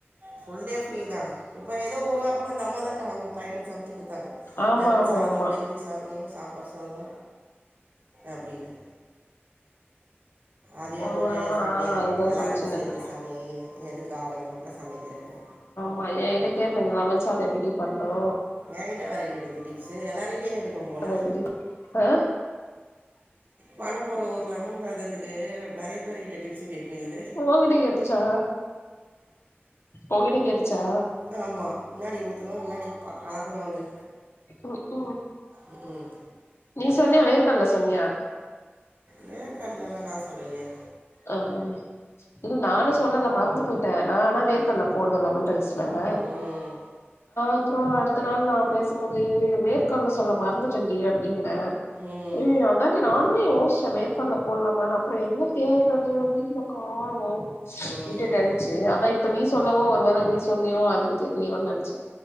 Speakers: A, on the right; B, on the left.
A: ஃபுல்டே ஃப்ரீதா இப்ப எதோ ஒரு வாரமா அந்தம்மாதா கா அவுங்க பையனுகு சம் ச்சு குத்தாங்க
B: ஆமா
A: லெமன்
B: ஆமா
A: சாதோ
B: ஆமா
A: பிரிஞ்சி சாதோ சாம்பார் சாதோ அப்டினு அதே
B: ஒரு
A: ஒரே
B: வாரமா
A: சண்டையே
B: அதுதா
A: எல்லாருக்கு
B: சமைச்சுன்னு
A: சேத்து
B: இருக்கு
A: சமை எதுக்கு அவனுக்கு மட்டு சமைகிறேனு
B: மா எ கிட்ட கேட்னுங் லெமன் சாதோ எப்டிடி பண்ணோ
A: ஏங்கிட்ட வேற கேட்டுது டிப்ஸூ எல்லாருகிட்டியு கேட்டுக்கும்போல
B: அத எப்டிடி ஆ
A: பண்ண போற ஒரு லெமன்சாததுக்கு நெறைய பேருகிட்ட டிப் ப்ஸூ கேட்டுனுக்குது
B: உங்கிட்ட கேட்டுச்சா உங்கிட்டயு கேட்டுச்சா
A: ஆ ஆமா முன்னாடி ஊத்தணு முன்னாடி ப்பா கலக்கலுன்னு
B: ம் ஹூம்
A: ம் ஹூம்
B: நீ சொன்னியா வேர்க்கல்ல சொன்னியா
A: வேர்க்கட்லெல்லா நா சொல்லலயே
B: ஆ இன்னு நானு சொல்லல மறந்து போய்ட்டே நா ஆனா வேர்கட்ல போடுவே லெமன் ரைஸ் அ
A: ம்
B: அப்றோ அடுத்த நாள் நா பேசும்போது வேர் கல்ல சொல்ல மறந்துட்டேன்டி அப்டீன்னே
A: ம்
B: அய்யய்யோ அதா ல நானுமே யோச்சே வேர்கல்ல போல்லாமானு அப்றோ எங்க தேட்றது வீட்ல காணோ
A: ம்
B: விட்டுடேன்ச்சு அதா இப்ப நீ சொல்லவு ஒரு வேள நீ சொன்னியோ அதுக்கு தெரியலயோனு நெனச்சே